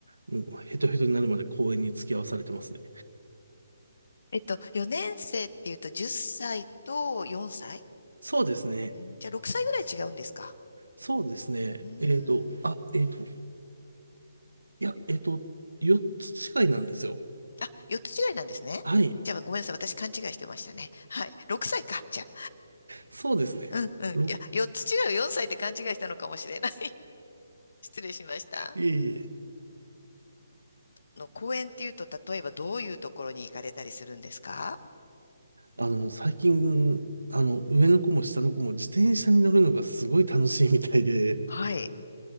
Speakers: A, on the right; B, on the left.
A: もうヘトヘトになるまで公園に付き合わされてますね。
B: えっと、4年生っていうと10歳と4歳
A: そうですね、
B: うんじゃあ6歳ぐらい違うんですか
A: そうですね、
B: うーん。
A: えっと、あ、えっと、いや、えっと、4つ違いなんですよ。
B: あ、4つ違いなんですね。
A: はい、
B: じゃあごめんなさい。私勘違いしてましたね。はい。6歳か。じゃあ。
A: そうですね。
B: うんうん。
A: ろ
B: いや、4つ違う4歳って勘違いしたのかもしれない。<laughs> 失礼しました。
A: いえいえ
B: の、公園っていうと、例えばどういうところに行かれたりするんですか
A: あの、最近、あの、上の子も下の子も自転車に乗るのがすごい楽しいみたいで、
B: はい。